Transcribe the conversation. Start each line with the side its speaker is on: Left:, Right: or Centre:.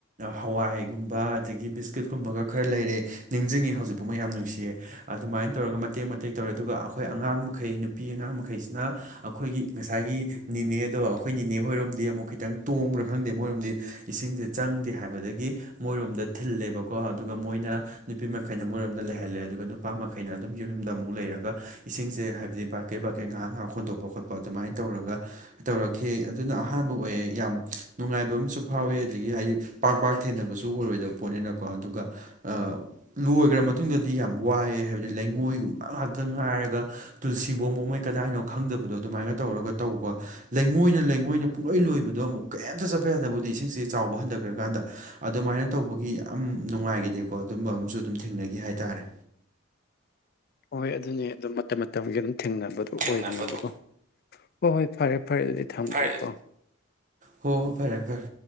Right: ꯍꯋꯥꯏꯒꯨꯝꯕ ꯑꯗꯒꯤ ꯕꯤꯁꯀꯤꯠꯀꯨꯝꯕꯒ ꯈꯔ ꯂꯩꯔꯦ ꯅꯤꯡꯖꯤꯡꯉꯤ ꯍꯧꯖꯤꯛꯐꯥꯎ ꯃ ꯌꯥꯝ ꯅꯨꯡꯁꯤꯌꯦ ꯑꯗꯨꯃꯥꯏꯟ ꯇꯧꯔꯒ ꯃꯇꯦꯛ ꯃꯇꯦꯛ ꯇꯧꯔꯦ ꯑꯗꯨꯒ ꯑꯈꯣꯏ ꯑꯉꯥꯡ ꯃꯈꯩ ꯅꯨꯄꯤ ꯑꯉꯥꯡ ꯃꯈꯩꯁꯤꯅ ꯑꯈꯣꯏꯒꯤ ꯉꯁꯥꯏꯒꯤ ꯅꯤꯅꯦꯗꯣ ꯑꯈꯣꯏ ꯅꯤꯅꯦ ꯍꯣꯏꯔꯣꯝꯗꯤ ꯑꯃꯨꯛ ꯈꯤꯇꯪ ꯇꯣꯡꯕ꯭ꯔꯥ ꯈꯪꯗꯦ ꯃꯣꯏꯔꯣꯝꯗꯤ ꯏꯁꯤꯡꯁꯦ ꯆꯪꯗꯦ ꯍꯥꯏꯕꯗꯒꯤ ꯃꯣꯏꯔꯣꯝꯗ ꯊꯤꯜꯂꯦꯕꯀꯣ ꯑꯗꯨꯒ ꯃꯣꯏꯅ ꯅꯨꯄꯤ ꯃꯈꯩꯅ ꯃꯣꯏꯔꯣꯝꯗ ꯂꯩꯍꯜꯂꯦ ꯑꯗꯨꯒ ꯅꯨ ꯄꯥ ꯃꯈꯩꯅ ꯑꯗꯨꯝ ꯌꯨꯝ ꯌꯨꯝꯗ ꯑꯃꯨꯛ ꯂꯩꯔꯒ ꯏꯁꯤꯡꯁꯦ ꯍꯥꯏꯕꯗꯤ ꯕꯥꯔꯀꯦ ꯕꯥꯔꯀꯦ ꯉꯍꯥꯛ ꯉꯍꯥꯛ ꯍꯣꯟꯗꯣꯛꯄ ꯈꯣꯠꯄ ꯑꯗꯨꯃꯥꯏꯟ ꯇꯧꯔꯒ ꯇꯧꯔꯛꯈꯤ ꯑꯗꯨꯅ ꯑꯍꯥꯟꯕ ꯑꯣꯏꯌꯦ ꯌꯥꯝ ꯅꯨꯡꯉꯥꯏꯕ ꯑꯝꯁꯨ ꯐꯥꯎꯋꯦ ꯑꯗꯒꯤ ꯍꯥꯏꯗꯤ ꯄꯥꯛ ꯄꯥꯛ ꯊꯦꯡꯅꯕꯁꯨ ꯑꯣꯏꯔꯣꯏꯗꯕ ꯄꯣꯠꯅꯤꯅꯀꯣ ꯑꯗꯨꯒ ꯑꯥ ꯂꯣꯏꯒ꯭ꯔ ꯃꯇꯨꯡꯗꯗꯤ ꯌꯥꯝ ꯋꯥꯏꯌꯦ ꯍꯥꯏꯕꯗꯤ ꯂꯩꯉꯣꯏꯒꯨꯝꯕ ꯉꯥꯛꯇ ꯉꯥꯏꯔꯒ ꯇꯨꯜꯁꯤꯕꯣꯡꯕꯧ ꯃꯣꯏ ꯀꯗꯥꯏꯅꯣ ꯈꯪꯗꯕꯗꯣ ꯑꯗꯨꯃꯥꯏꯅ ꯇꯧꯔꯒ ꯇꯧꯕ ꯂꯩꯉꯣꯏꯅ ꯂꯩꯉꯣꯏꯅ ꯄꯨꯡꯂꯣꯏ ꯂꯣꯏꯕꯗꯣ ꯑꯃꯨꯛ ꯀꯩꯝꯇ ꯆꯠꯄ ꯌꯥꯗꯕꯗꯤ ꯏꯁꯤꯡꯁꯦ ꯆꯥꯎꯕ ꯍꯟꯗꯒ꯭ꯔꯀꯥꯟꯗ ꯑꯗꯨꯃꯥꯏꯅ ꯇꯧꯕꯒꯤ ꯌꯥꯝ ꯅꯨꯡꯉꯥꯏꯒꯤꯗꯦꯀꯣ ꯑꯗꯨꯝꯕ ꯑꯝꯁꯨ ꯑꯗꯨꯝ ꯊꯦꯡꯅꯒꯤ ꯍꯥꯏꯇꯥꯔꯦ
Left: ꯍꯣꯏ ꯑꯗꯨꯅꯦ ꯑꯗꯨꯝ ꯃꯇꯝ ꯃꯇꯝꯒꯤ ꯑꯗꯨꯝ ꯊꯦꯡꯅꯕ ꯗꯣ
Right: ꯊꯦꯡꯅꯕꯗꯨ
Left: ꯑꯣꯏꯕꯅꯦꯕꯀꯣ ꯍꯣꯏ ꯍꯣꯏ ꯐꯔꯦ ꯐꯔꯦ ꯑꯗꯨꯗꯤ ꯊꯝꯒꯤꯒꯦꯀꯣ
Right: ꯐꯔꯦ ꯍꯣ ꯍꯣ ꯐꯔꯦ ꯐꯔꯦ